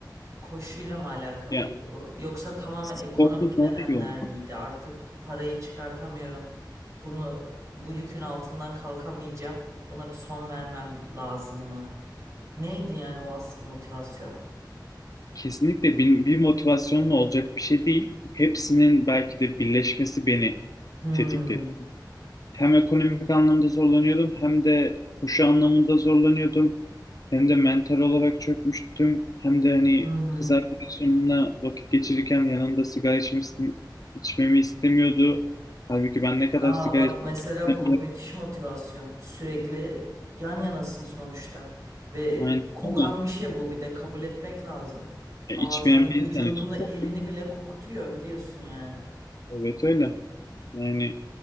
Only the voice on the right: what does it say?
Koşuyla mı alakalıydı
bu? Yoksa tamamen
ekonomik nedenler
miydi? Artık parayı çıkartamıyorum. Bunu bu yükün altından kalkamayacağım. Buna bir son vermem lazım mı? Neydi yani o asıl motivasyon?
Hmm.
Hı hı.
Aa
bak
mesela bu
müthiş motivasyon. Sürekli yan yanasın sonuçta. Ve
kokan
bir şey bu bir de kabul etmek lazım.
Ağzını,
vücudunu,
elini
bile kokutuyor biliyorsun yani.